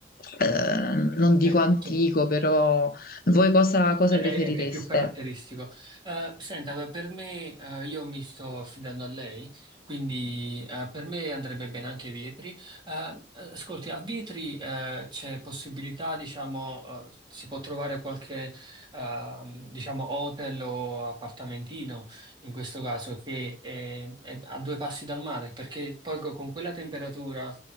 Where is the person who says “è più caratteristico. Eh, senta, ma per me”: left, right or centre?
Right